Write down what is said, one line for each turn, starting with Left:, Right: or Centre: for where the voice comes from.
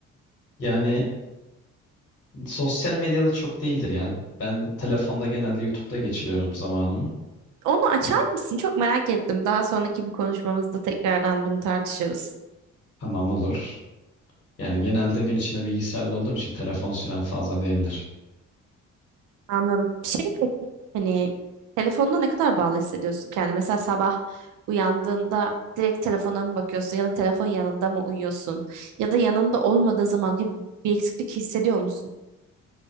Left: yani sosyal medyada çok değildir ya. Ben telefonda genelde YouTube'da geçiriyorum zamanımı.
Right: Onu açar
Left: O-
Right: mısın? Çok merak ettim. Daha sonraki bir konuşmamızda tekrardan bunu tartışırız.
Left: Tamam olur. Yani genelde gün içinde bilgisayarda olduğum için telefon süren fazla değildir.
Right: Anladım. Şey peki hani telefonda ne kadar bağlı hissediyorsun kendini? Mesela sabah uyandığında direkt telefona mı bakıyorsun ya da telefon yanında mı uyuyorsun? Ya da yanında olmadığı zaman ya bir eksiklik hissediyor musun?